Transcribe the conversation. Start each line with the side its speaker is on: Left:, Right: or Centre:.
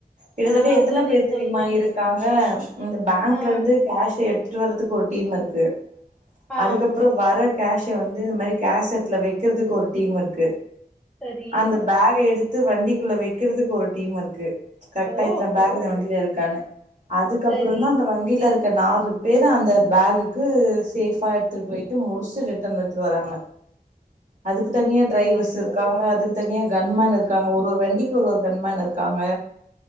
Right: கிட்டத்தட்ட
Centre: ஆ அதுதா
Right: எத்தன பேர்
Centre: நீ
Right: தெரியுமா
Centre: சொல்றீங்க
Right: இருக்காங்க இந்த பேங்க்
Centre: ஆ
Right: து கேஷ எடுத்ட்டு வர்றதுக்கு ஒரு டீம் இருக்கு
Centre: ஆ
Right: அதுக்கப் அப்பறொ வர கேஷ வந்து இந்த மாரி கேஷட்ல வெக்கிறதுக்கு ஒரு டீம் இருக்கு
Centre: சரி
Right: அந்த பேக எடுத்து வண்டிக்குள்ள வெக்கிறதுக்கு ஒரு டீம் இருக்கு கரெக்ட்
Centre: ஓ
Right: டயத்துல பேக் இந்த வண்டில இருக்கான்னு அதுக்கப்றொந்தா
Centre: சரி
Right: அந்த வண்டி ட்ல இருக்க நாலு பேர் அந்த பேக்குக்கு சேஃபா எடுத்துட்டு போய் ட்டு முடிச்டு ரிட்டன் எத்துட் வராங்க அதுக்கு தனியா
Centre: சரி
Right: டிரைவர்ஸ் இரு காங்க அதுக்கு தனியா கன்மேன் இருக்காங்க ஒரு ஒரு வண்டிக்கு ஒரு ஒரு கன்மேன் இருக்காங்க